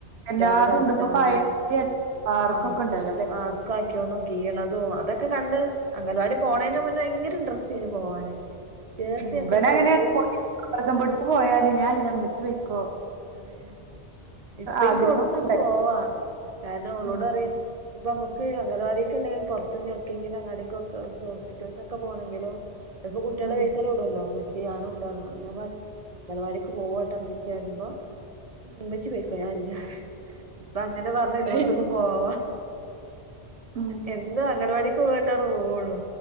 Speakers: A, on the right; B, on the right.
A: കുട്ട്യാക്ക്
B: എല്ലാതും
A: കൾച്ചാനും
B: ഉണ്ട് ഇപ്പൊ പഴയ പാർക്കൊക്കെ
A: ആഹ്
B: ഉണ്ടല്ലോ അല്ലെ
A: ആർ ക്കായ്ക്കിണും കീയ്ണതും അതൊക്കെ കണ്ട് സ് അംഗൽവാടി പോണേന് മുന്നെ ഭയങ്കര ഇൻട്രെസ്റ്റേയ്നി പോവാന് ചേർത്തിയൊക്കെ
B: ഉം ബനങ്ങനെ
A: പോക്ക്
B: <unintelligible> ക്ക് പോയല് ഞാൻല്ല മ്മച്ചി പോയ്‌ക്കോ
A: അതേ ഇപ്പഇൻക്ക്
B: ആഗ്രഹമൊക്കെ
A: എവ്ട്ക്കും
B: ഉണ്ടായി
A: പോവാ കാരണം ഓളോട്
B: ഉം.
A: അറിം ഞ്പ്പ അമ്മക്ക് അംഗലവാടിക്കല്ലെങ്കിലും പൊർത്ത് ഇഞ് എവ്ട്ക്കെങ്കിലും അങ്ങാടിക്കൊക്കെ ഓസ് ഹോസ്പിറ്റല്ക്കൊക്കെ പോണെങ്കിലും ചെൽപ്പൊ കുട്ട്യാള്
B: ഉം
A: വെയ്ത്തലെ കുടൊല്ലൊ ഇമ്മച്യേ യാനു ഇണ്ട് അർഞ്ഞ്ങ്ങാണ്ട് ഞാം പറിം അങ്കൽവാടിക്ക് പോവാട്ടൊ ഇമ്മച്ചി അറീമ്പോ ഏയെ ഇമ്മച്ചി പൊയ്ക്കോ ഞാൻ ഇല്ല്യറിം ഇപ്പ അങ്ങനെ പർഞ്ഞ് എല്ലോട്ത്ത്ക്കും
B: ഡെയിലി പോകും
A: പോവാ
B: ഉം
A: എ ന്നും അങ്കൽവാടിക്ക് പോവാട്ടോ അർഞ്ഞ് പോവൊള്ളൂ